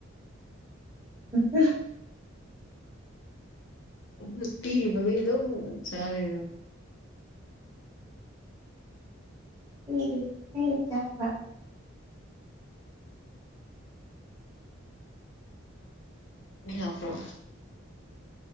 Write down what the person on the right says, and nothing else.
ꯎ
ꯎ ꯍ ꯆꯕ <inaudible>